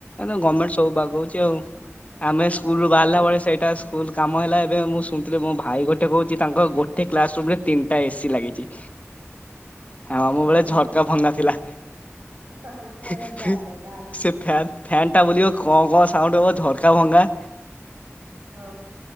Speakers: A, on the left; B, on the right.
A: ନାଇ ଗଭର୍ଣ୍ଣମେଣ୍ଟ ସବୁ ବାଗଉଛି ଆଉ, ଆମେ
B: ହଁ
A: ସ୍କୁଲୁ
B: ରହି
A: ବାହାରିଲା ବେଳେ ସେଇଟା ସ୍କୁଲ କାମ ହେଲା ଏବେ ମୁଁ ଶୁଣିଥିଲି ମୋ ଭାଇ ଗୋଟେ କହୁଛି ତାଙ୍କ ଗୋଟେ କ୍ଲାସ ରୁମ ରେ ତିନିଟା ଏସି ଲାଗିଛି। ହ ଆମ
B: ହଁ
A: ବେଳେ ଝରକା ଭଙ୍ଗା ଥିଲା,
B: ଆମ ଘରେ
A: ସେ
B: ଯାହା କହିଲ ଆଗରୁ
A: ଫ୍ୟାନ୍
B: ଏ
A: ଫ୍ୟାନଟା ବୁଲିବ ଘଁ ଘଁ ସାଉଣ୍ଡ ହବ, ଝରକା ଭଙ୍ଗା।
B: ହଁ